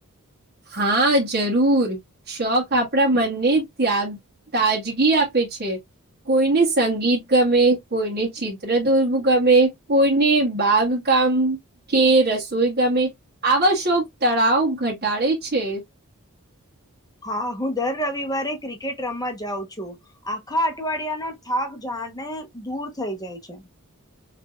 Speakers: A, on the right (about 45°); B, on the left (about 15°).
A: હા જરૂર શોખ આપણા મનને ત્યાગ તાજગી આપે છે કોઈને સંગીત ગમે, કોઈને ચિત્ર દોરવું ગમે, કોઈને બાગ કામ કે રસોઈ ગમે આવા શોક તળાવ ઘટાડે છે
B: હા હું દર રવિવારે ક્રિકેટ રમવા જાઉં છું. આખા અઠવાડિયાનો થાક જાને દૂર થઈ જાય છે.